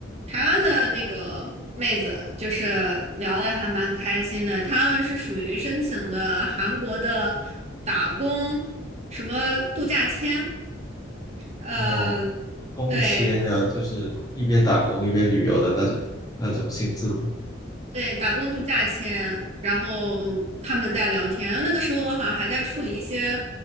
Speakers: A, on the right; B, on the left.
A: 台湾的那个妹子，就是聊的还蛮开心的。他们是属于申请的韩国的打工什么度假签，呃，
B: 哦，工签啊，
A: 对。
B: 就是一边打工一边旅游的那种那种性质。
A: 对，打工度假签，然后他们在聊天，然后那个时候我好像还在处理一些